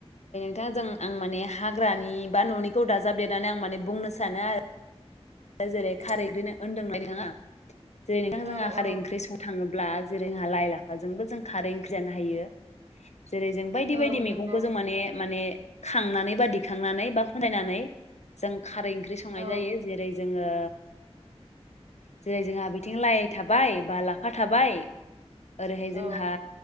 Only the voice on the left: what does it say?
नोंथां जों आं माने हाग्रानि बा ननिखौ दाजाबदेरनानै आं माने बुंनो सानो आरो दा जेरै खारै ओंख्रि होनदों नोंथाङा जेरै नोंथां जोंहा
खारै
ओंख्रि संनो थाङोब्ला जेरै जोंहा लाइ लाफाजोंबो जों खारै ओंख्रि जानो हायो जेरै जों बायदि
बायदि
मैगंखौ जों माने माने खांनानै बा दिखांनानै बा खनसायनानै जों खारै ओंख्रि संनाय
जायो जेरै जोङो जेरै जोङो बिथिं लाइ थाबाय बा लाफा थाबाय ओरैहाय जोंहा